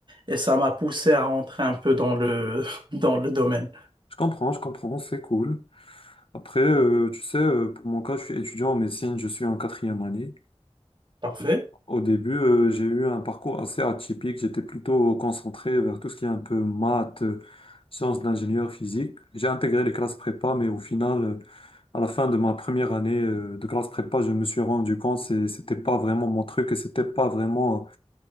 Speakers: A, on the right (about 45°); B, on the left (about 55°).
A: et ça m'a poussé à rentrer un peu dans le <laughs> dans le domaine.
B: je comprends, je comprends, c'est cool. Après, euh, tu sais, euh, pour mon cas, je suis étudiant en médecine, je suis en quatrième année.
A: Parfait,
B: Au début, euh, j'ai eu un parcours assez atypique. J'étais plutôt concentré vers tout ce qui est un peu maths, euh, sciences d'ingénieur physique. J'ai intégré les classes prépa, mais au final, euh, à la fin de ma première année euh, de classe prépa, je me suis rendu compte que c'était pas vraiment mon truc et c'était pas vraiment